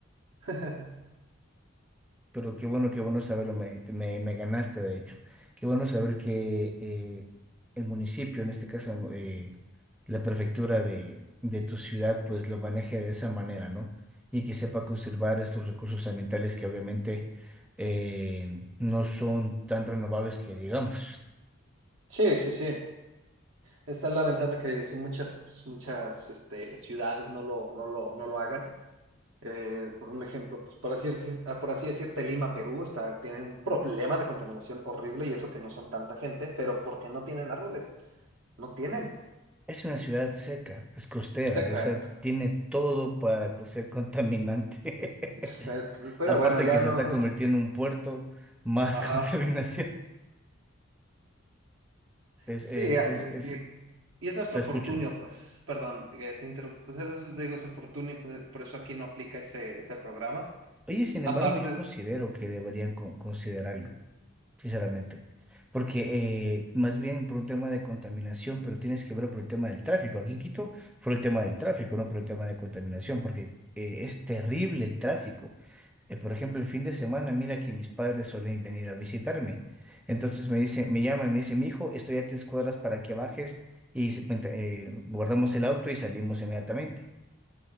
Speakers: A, on the right (about 80°); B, in the centre.
A: <laughs>
B: Pero qué bueno, qué bueno saberlo, me, me, me ganaste de hecho. Qué bueno saber que eh, el municipio, en este caso eh, la prefectura de, de tu ciudad, pues lo maneje de esa manera, ¿no? Y que sepa conservar estos recursos ambientales que obviamente eh, no son tan renovables que digamos.
A: Sí, sí, sí. Es tan lamentable que sí muchas, muchas este, ciudades no lo, no lo, no lo hagan. Eh, por un ejemplo, pues por así, decir- ah, por así decirte, Lima, Perú, está, tiene un problema de contaminación horrible y eso que no son tanta gente, pero porque no tienen árboles, no tienen,
B: Es una ciudad seca, es costera,
A: seca,
B: esa
A: es-
B: tiene todo para co- ser contaminante.
A: es-
B: <laughs>
A: es- pero
B: Aparte
A: bueno, ya
B: que
A: no.
B: se está convirtiendo
A: <laughs>
B: en un puerto, más
A: Ajá.
B: <laughs> contaminación. Es,
A: Sí,
B: es,
A: ya,
B: es,
A: eh,
B: es-
A: y, y es nuestro
B: te escucho.
A: fortunio, pues, perdón, eh, te interrumpo, pues es- te digo, es el fortunio, pues, eh, por eso aquí no aplica ese, ese programa.
B: Oye, sin
A: Aparte,
B: embargo, yo considero que deberían con- considerarlo, sinceramente. Porque eh, más bien por un tema de contaminación, pero tienes que verlo por el tema del tráfico. Aquí en Quito fue el tema del tráfico, no por el tema de contaminación, porque eh, es terrible el tráfico. Eh, por ejemplo, el fin de semana, mira que mis padres suelen venir a visitarme. Entonces me dicen, me llaman, me dicen, mi hijo, estoy a tres cuadras para que bajes y se- eh, guardamos el auto y salimos inmediatamente.